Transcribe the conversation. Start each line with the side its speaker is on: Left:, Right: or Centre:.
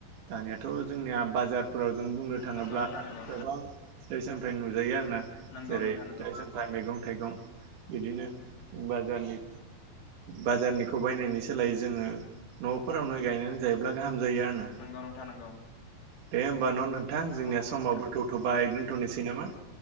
Right: दानियााथ' जोंनिया बाजारफोराव जों बुंनो थाङोब्ला
Left: नंगौ नोंथां नंगौ
Right: गोबां फिथाइ सामथायाइ नुजायो आरोना?
Left: नंगौ
Right: जेरै
Left: नोंथां
Right: फिथाइ
Left: नंगौ
Right: सामथाइ मैगं थाइगं बिदिनो बाजारनि बाजारनिखौ बायनायनि सोलायै जोङो न'फोरावनो गायनानै जायोब्ला गाहाम खामजायो आरो ना?
Left: नंगौ नोंथां नंगौ
Right: दे होमबा न' नोंथां जोंनिया
Left: औ
Right: समावो
Left: नोंथां
Right: दौथ'बाय दोनथ'नोसै नामा?